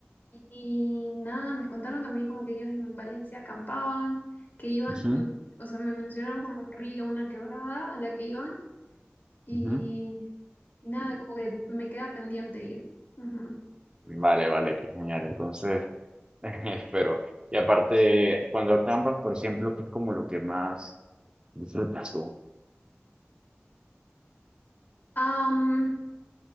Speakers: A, on the left; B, on the right.
A: y nada, me contaron también como que ellos en Valencia acampaban, que iban,
B: ujú,
A: mm, o sea, me mencionaron como un río, una quebrada a la que iban y,
B: ujú.
A: y nada, como que me queda pendiente ir. Ujú.
B: Vale, vale, qué genial. Entonces... <laughs> Espero. Y aparte, cuando acampas, por ejemplo, que es como lo que más disfrutas tú?
A: Am,